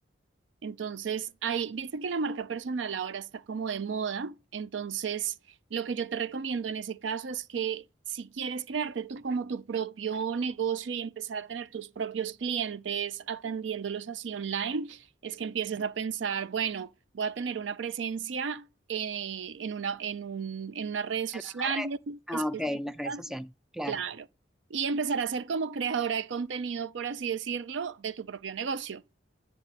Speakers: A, on the right; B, in the centre.
A: Entonces, ahí, viste que la marca personal ahora está como de moda, entonces lo que yo te recomiendo en ese caso es que si quieres crearte tú como tu propio negocio y empezar a tener tus propios clientes atendiéndolos así online, es que empieces a pensar, bueno, voy a tener una presencia eh, en una, en un- en unas redes sociales
B: Una red. Ah,
A: específicas
B: ok, las redes sociales, claro,
A: Claro. Y empezar a ser como creadora de contenido, por así decirlo, de tu propio negocio.